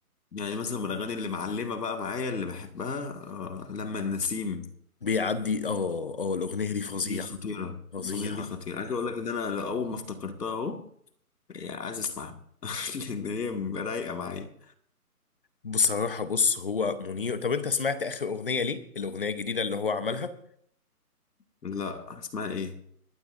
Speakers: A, on the left (about 85°); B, on the left (about 35°).
A: يعني مثلا من الاغاني اللي معلمه بقى معايا اللي بحبها آه لما النسيم
B: بيعدي اه اه الاغنيه دي فظيعه
A: دي خطيره
B: فظيعه
A: الاغنيه دي خطيره عايز اقول لك ان انا اول ما افتكرتها اهو يعني عايز اسمعها <laughs> لان هي رايقه معايا
B: بصراحه بص هو منير طب انت سمعت اخر اغنيه ليه الاغنيه الجديده اللي هو عملها
A: لا اسمها ايه